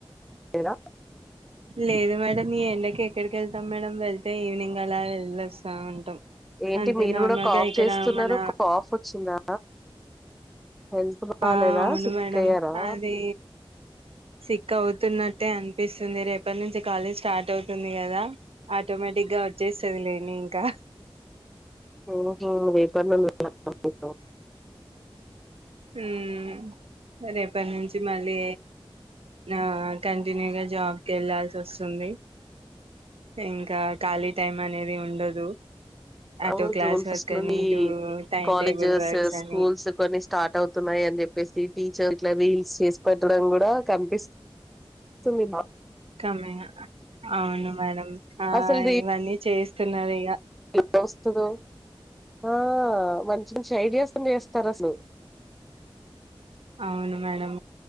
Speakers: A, in the centre; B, on the right (about 85°).
A: లేద
B: లేదు మేడమ్ ఈ ఎండకి ఎక్కడికి వెళ్తాం మేడం వెళ్తే ఈవినింగ్ అలా వెళ్ళొస్తాం ఉంటాం
A: ఏంటి
B: అంతే
A: మీరు
B: నార్మల్గా
A: కూడా కాఫ్
B: ఇక్కడ
A: చేస్తున్నారు
B: మన
A: కాఫ్ వచ్చిందా హెల్త్ బాలేదా
B: ఆ అవును
A: సిక్
B: మేడం
A: అయ్యారా
B: అది సిక్ అవుతున్నట్ ట్టే అనిపిస్తుంది రేపటి నుంచి కాలేజ్ స్టార్ట్ అవుతుంది కదా ఆటోమేటిక్ గా వచ్చేస్తుది లేని ఇంకా
A: మ్ హు రేపటి నుండి ఉందా మీకు
B: మ్ రేపటి నుంచి మళ్ళీ ఆ కంటిన్యూగా జాబ్కి వెళ్ళస్ ంది ఇంకా ఖాళీ టైం అనేది ఉండదు అటు
A: అవును
B: క్లాస్
A: జూన్ ఫస్ట్
B: వర్క్
A: నుని
B: అని ఇటు టైమ్
A: కాలేజెస్,
B: టేబుల్ వర్క్స్
A: స్కూల్స్
B: అని
A: కొన్ని స్టార్ట్ అవు వత్తున్నాయ్ అని చెప్పేసి టీచర్లా రీల్స్ చేసి పెట్టడం కూడా కనిపిస్తంది
B: కమె అవును మేడం ఆ
A: అసలు
B: ఇవన్నీ చేస్తున్నారు ఇగ
A: దోస్తుతో ఆ మంచి మంచి ఐడియాస్ చేస్తారు అసలు
B: అవును మేడం